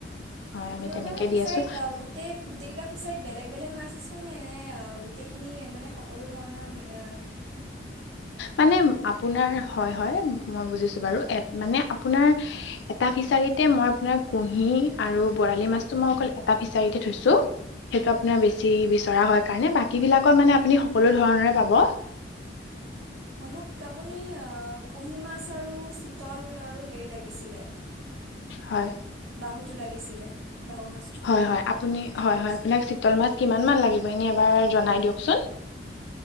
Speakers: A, on the left; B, on the right.
A: হয়
B: আপোনালোকৰ
A: আমি তেনেকে
B: মানে ফিচাৰিত
A: দি আছো
B: গোটেই কেইটা ফিচাৰিত বেলেগ বেলেগ মাছ আছে নে নে এনে গোটেইখিনি মানে সকলো ধৰণৰ এ।
A: মানে আপোনাৰ হয় হয়। মই বুজিছো বাৰু মানে আপোনাৰ এটা ফিচাৰীতে মই আপোনাৰ কুঁহি আৰু ব। বৰালি মাছ টো মই অকল এটা ফিচাৰীতে থৈছোঁ সেইটো আপোনাৰ
B: হয়
A: বেছি বিচৰা হয় কাৰণে বাকী। কি বিলাকত মানে আপুনি সকলো ধৰনৰে পাব।
B: হয় মোক আপুনি কুঁহি মাছ আৰু চিতল আৰু হেৰি লাগিছিলে।
A: হয়।
B: বাহুটো লাগিছিলে বাহু মাছটো
A: হয়
B: যোনটো
A: হয় আপুনি
B: সেইটো
A: হয়
B: লাগিছিলে
A: হয় আপোনাক চিতল মাছ কিমান মান লাগিব এনে এবাৰ। জনাই দিয়কচোন।